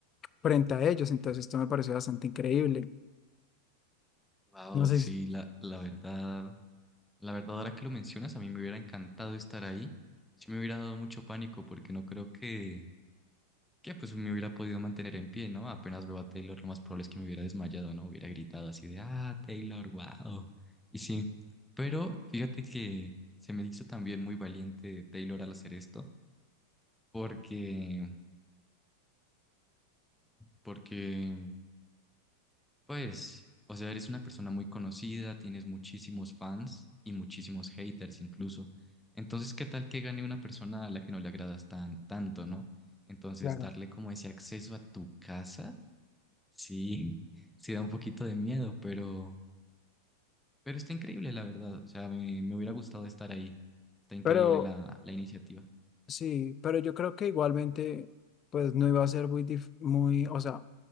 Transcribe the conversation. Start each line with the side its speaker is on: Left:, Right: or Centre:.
Left: frente a ellos. Entonces esto me pareció bastante increíble.
Centre: Wow,
Left: No sé
Centre: sí,
Left: si-
Centre: la, la verdad, la verdad, ahora que lo mencionas, a mí me hubiera encantado estar ahí. Sí me hubiera dado mucho pánico porque no creo que, que pues me hubiera podido mantener en pie, ¿no? Apenas veo a Taylor, lo más probable es que me hubiera desmayado, ¿no? Hubiera gritado así de, ah, Taylor, wow. Y sí, pero fíjate que se me hizo también muy valiente Taylor al hacer esto porque porque, pues, o sea, eres una persona muy conocida, tienes muchísimos fans y muchísimos haters incluso. Entonces, ¿qué tal que gane una persona a la que no le agradas tan tanto, ¿no? Entonces,
Left: Claro.
Centre: darle como ese acceso a tu casa, sí, sí da un poquito de miedo, pero, pero está increíble, la verdad. O sea, me, me hubiera gustado estar ahí. Está increíble
Left: Pero
Centre: la, la iniciativa.
Left: sí, pero yo creo que igualmente, pues no iba a ser muy, dif- muy, o sea,